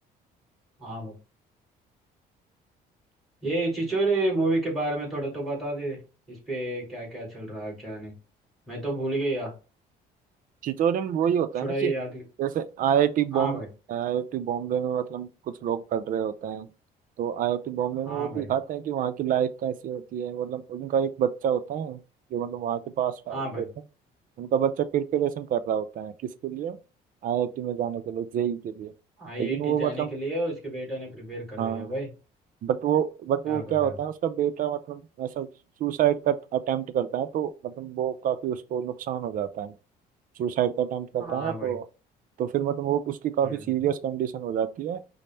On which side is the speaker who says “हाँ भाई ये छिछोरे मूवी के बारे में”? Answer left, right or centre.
Centre